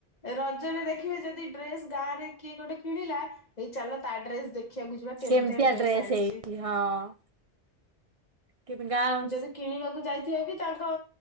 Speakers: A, on the left; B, on the right.
A: ରଜରେ ଦେଖିବେ ଯଦି ଡ୍ରେସ ଗାଁ ରେ କିଏ ଗୋଟେ କିଣିଲା ଏଇ ଚାଲ ତା ଡ୍ରେସ ଦେଖ ଦେଖିବାକୁ ଯିବା କେମିତି
B: କେମିତିଆ
A: ଡ୍ରେସ ଆଣିଛି।
B: ହେଇଛି ହଁ। କିପିଙ୍ଗି ଗ୍ଲାସ।
A: ଯଦି କିଣିବାକୁ ଯାଇଥିବେ ବି ତାଙ୍କ